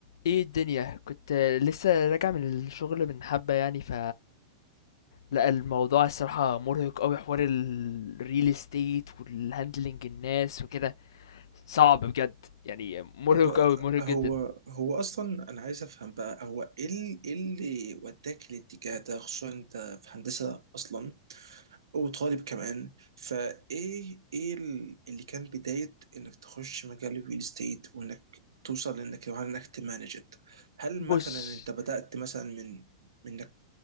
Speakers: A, on the left; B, on the right.
A: ايه الدنيا كنت لسه راجع من الشغل من حبة يعني ف لا الموضوع الصراحة مرهق قوي حوار الريل استيت والهاندلنج الناس وكده صعب بجد يعني مرهق
B: طب
A: قوي مرهق
B: هو
A: جدا
B: هو اصلا انا عايز افهم بقى هو ايه ال- إيه اللي وداك الاتجاه ده خصوصا انت في هندسه اصلا وطالب كمان فايه ايه ال- اللي كان بدايه انك تخش مجال الريل استيت وانك توصل لانك لو انك تمانجت هل
A: بص
B: مثلا انت بدات مثلا من منك